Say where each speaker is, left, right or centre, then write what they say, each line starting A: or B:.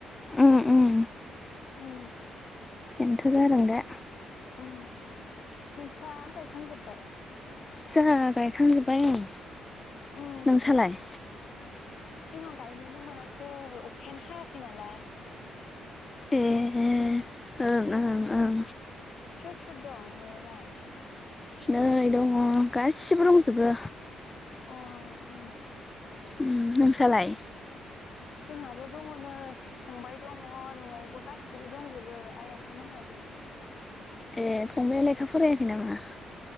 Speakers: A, on the left (about 20°); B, on the left (about 60°).
A: उम उम।
B: उम।
A: बेनोथ' जादों दा।
B: ओम नोंसा गायखांजोब्बाय?
A: जोंहा गायखां जोबबाय ओं
B: उम
A: नोंसालाय?
B: जोंहा गायनोनो मोनाखै अखायानो हायाखै नालाय।
A: ए
B: उम
A: ओं ओं
B: उम
A: ओं।
B: सोर सोर दं न'आवलाय?
A: नै दङ गासिबो दंजोबो।
B: अ ओम।
A: उम नोंसालाय?
B: जोंहाबो दङ नै। फंबाय दङ न'आवबो गासिबो दंजोबो आइ आफामोनहाबो।
A: ए फंबाइ आ लेखाफरायाखै नामा?